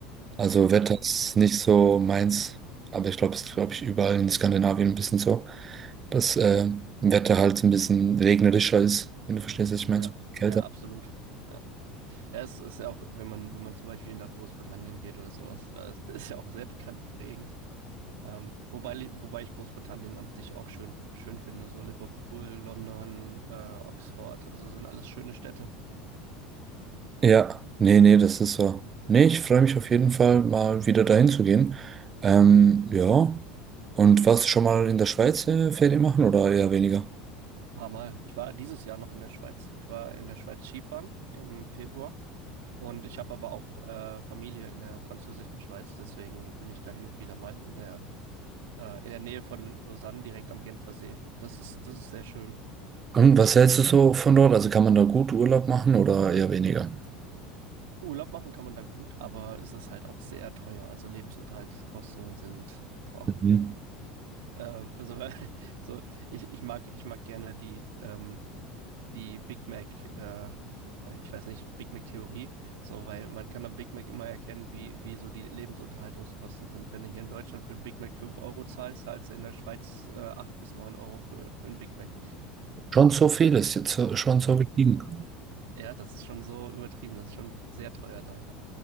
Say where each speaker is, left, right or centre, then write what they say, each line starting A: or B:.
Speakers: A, on the right; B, on the right.
A: Also Wetter
B: Ja,
A: ist nicht so meins, aber ich glaube, es ist, glaube ich, überall in Skandinavien ein bisschen so, dass äh, Wetter halt ein bisschen regnerischer ist, wenn du verstehst, was ich meine,
B: ja,
A: so ein bisschen kälter.
B: ja, absolut. Ja. Ja, es ist ja auch, wenn man, wenn man zum Beispiel nach Großbritannien geht oder sowas, da ist, ist ja auch sehr bekannt für Regen. Ähm, wobei, li- wobei ich Großbritannien an sich auch schön, schön finde. So Liverpool, London, äh, Oxford, also sind alles schöne Städte.
A: Ja, nee, nee, das ist so. Nee, ich freue mich auf jeden Fall, mal wieder dahin zu gehen. Ähm, ja. Und warst du schon mal in der Schweiz äh, Ferien machen oder eher weniger?
B: Paar Mal. Ich war dieses Jahr noch in der Schweiz. Ich war in der Schweiz Skifahren im Februar. Und ich habe aber auch äh, Familie in der französischen Schweiz, deswegen bin ich da hin und wieder mal in der, äh, in der Nähe von Lausanne, direkt am Genfersee. Das ist, das ist sehr schön.
A: Und was hältst du so von dort? Also kann man da gut Urlaub machen oder eher weniger?
B: Urlaub machen kann man da gut, aber es ist halt auch sehr teuer. Also Lebensunterhaltskosten sind, boah.
A: Mhm.
B: Ähm, also <laughs> so, ich, ich mag, ich mag gerne die ähm, die Big Mac, äh, ich weiß nicht, Big Mac-Theorie, so, weil man kann am Big Mac immer erkennen, wie, wie so die Lebensunterhaltungskosten sind. Wenn du hier in Deutschland für einen Big Mac 5 Euro zahlst, zahlst du in der Schweiz äh, 8 bis neun Euro für, für einen Big Mac.
A: Schon so viel ist jetzt so- schon so
B: Äh,
A: gestiegen.
B: ja, das ist schon so übertrieben, das ist schon sehr teuer da, ja.